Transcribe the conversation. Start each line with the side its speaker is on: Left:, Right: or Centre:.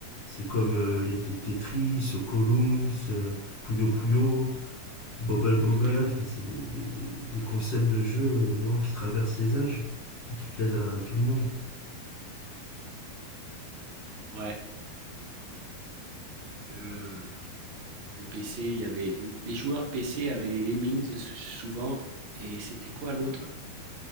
Left: C'est comme euh, les, les Tetris, Ocoloums, euh, Puyo Puyo. Bobble Bobble,
Right: Puyo Puyo.
Left: enfin, c'est des, des, des- des concepts de jeu euh, vraiment qui traversent les âges et qui plaisent à, à tout le monde.
Right: Ouais. Euh, le PC, il y avait les joueurs PC avaient les Lemmings s- souvent. Et c'était quoi l'autre?